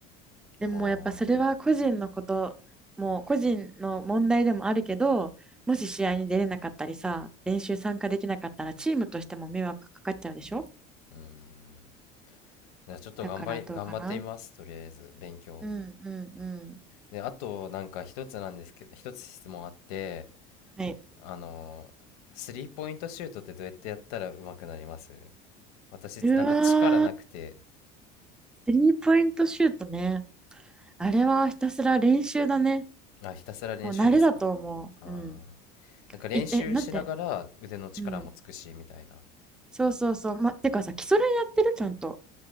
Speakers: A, in the centre; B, on the left.
A: でもやっぱそれは個人のこと、
B: まあ、
A: もう個人の問題でもあるけど、もし試合に出れなかったりさ、練習参加できなかったらチームとしても迷惑かかっちゃうでしょ
B: うーん。じゃあちょっと頑張り、
A: だからどうかな。
B: 頑張ってみます、とりあえず、勉強。
A: うんうんうん。
B: で、あと、なんか一つなんですけど、一つ質問あって、
A: はい。
B: あのースリーポイントシュートってどうやってやったら上手くなります私なんか力なくて
A: うわー、スリーポイントシュートね。あれはひたすら練習だね。
B: あひたすら練習ですか
A: もう慣れだと思う。
B: あー
A: うん。
B: なんか練習しながら腕の力もつくしみたいな
A: い、え、なんて。うん。そうそうそう。ま、てかさ、基礎練やってるちゃんと。